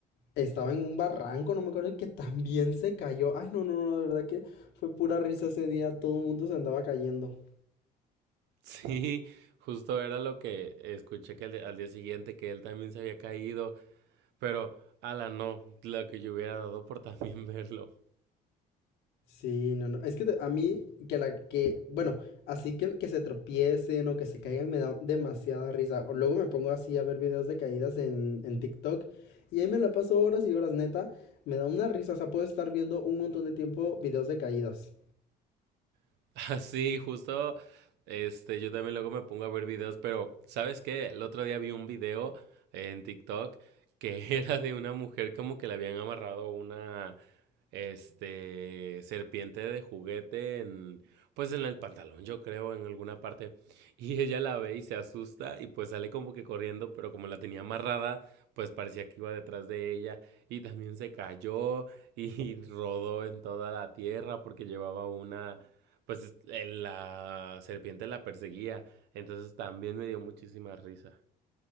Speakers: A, on the left; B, on the right.
A: Estaba en un barranco, no me acuerdo, y que también se cayó. Ay, no, no, no, de verdad que fue pura risa ese día, todo el mundo se andaba cayendo.
B: Sí, justo era lo que escuché que al, di- al día siguiente que él también se había caído Pero, ala, no, lo que yo hubiera dado por también <laughs> verlo.
A: Sí, no, no. Es que te- a mí, que la que, bueno, así que, que se tropiecen o que se caigan me da demasiada risa. O luego me pongo así a ver videos de caídas en, en TikTok y ahí me la paso horas y horas, neta. Me da una risa, o sea, puedo estar viendo un montón de tiempo videos de caídas.
B: <laughs> Sí, justo, este, yo también luego me pongo a ver videos, pero ¿sabes qué? El otro día vi un video en TikTok que <laughs> era de una mujer como que le habían amarrado una, este, serpiente de juguete en, pues en el pantalón, yo creo, en alguna parte. Y ella la ve y se asusta y pues sale como que corriendo, pero como la tenía amarrada, pues parecía que iba detrás de ella y también se cayó y <laughs> rodó en toda la tierra porque llevaba una pues eh, la serpiente la perseguía. Entonces también me dio muchísima risa.